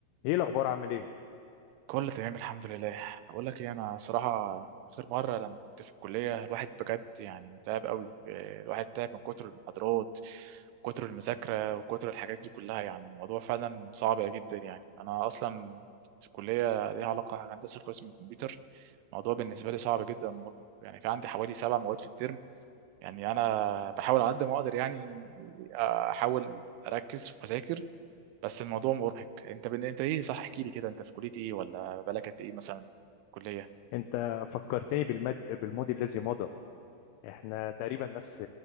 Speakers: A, on the left (about 85°); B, on the right (about 90°).
A: ايه الاخبار عامل ايه
B: كله تمام الحمد لله بقول لك ايه انا صراحه اخر مره لما كنت في الكليه الواحد بجد يعني تعب قوي آه، الواحد تعب من كتر المحاضرات كتر المذاكره وكتر الحاجات دي كلها يعني الموضوع فعلا صعب جدا يعني انا اصلا في الكليه ليها علاقه هندسه قسم الكمبيوتر الموضوع بالنسبه لي صعب جدا مرة. يعني في عندي حوالي سبع مواد في الترم يعني انا بحاول على قد ما اقدر يعني احاول اركز واذاكر بس الموضوع مرهق انت بن... انت ايه صح احكي لي كده انت في كليه ايه ولا بقالك قد ايه مثلا كليه
A: انت فكرتني بالمد... بالماضي الذي مضى احنا تقريبا نفس